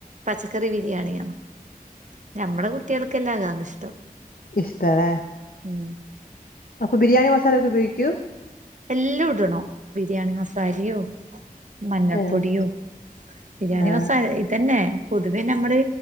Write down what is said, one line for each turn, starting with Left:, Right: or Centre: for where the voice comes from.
Right: പച്ചക്കറി ബിരിയാണിയാണ് ഞമ്മടെ കുട്ടികൾക്കെല്ലാ അതാണീഷ്ടം
Left: ഇഷ്ട്ടലേ?
Right: ഉം
Left: അപ്പൊ ബിരിയാണി മസാല ഒക്കെ ഉപയോഗിക്കും?
Right: എല്ലും ഇടണം ബിരിയാണി മസാലിയും മഞ്ഞൾപ്പൊടിയും
Left: ഏഹ്
Right: ബിരിയാണി
Left: ആഹ്
Right: മസാല ഇതന്നെ പൊതുവേ നമ്മള്